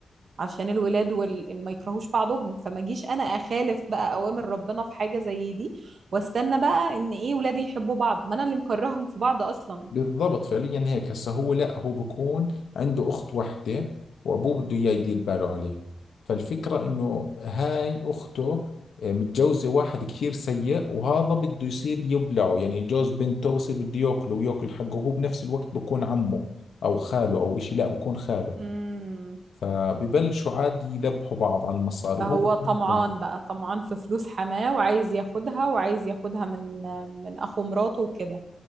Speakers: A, on the right (about 70°); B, on the left (about 85°).
A: عشان الولاد وال... إن ما يكرهوش بعضهم فما جيش أنا أخالف بقى أوامر ربنا في حاجة زي دي واستنى بقى إن إيه ولادي يحبوا بعض ما أنا اللي مكرههم في بعض أصلا
B: بالضبط فعليا هيك هسا هو لا هو بكون عنده أخت وحدة وأبوه بده إياه يدير باله عليه فالفكرة إنه هاي أخته آه، متجوزة واحد كثير سيء وهذا بده يصير يبلعه يعني جوز بنته بصير بده ياكله وياكل حقه وهو بنفس الوقت بكون عمه أو خاله أو إشي لا بكون خاله
A: امم
B: فببلشوا عادي يذبحوا بعض على المصاري
A: فهو
B: وهو بكون
A: طمعان بقى طمعان في فلوس حماه وعايز ياخدها وعايز ياخدها من من أخو مراته وكده